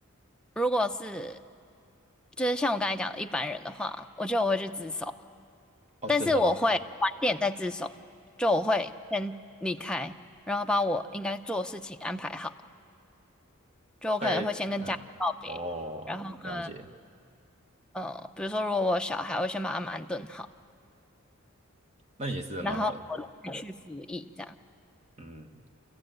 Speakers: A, in the centre; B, on the right (about 30°).
A: 如果是就是像我刚才讲的一般人的话，我觉得我会去自首，
B: 哦，
A: 但是我会晚点再自首，
B: 真的吗？
A: 就我会先离开，然后把我应该做的事情安排好，就我可能会先跟家人告别，
B: 大概，嗯，哦，
A: 然后跟
B: 了解。
A: 呃，比如说如果我有小孩，我会先把他们安顿好，
B: 那你也是人蛮好的。
A: 然后我再去服役这样。
B: 嗯，